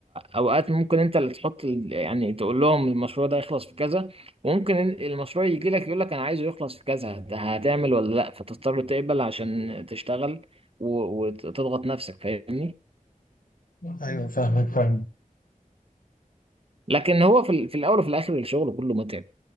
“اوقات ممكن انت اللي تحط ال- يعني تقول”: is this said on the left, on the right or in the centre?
Right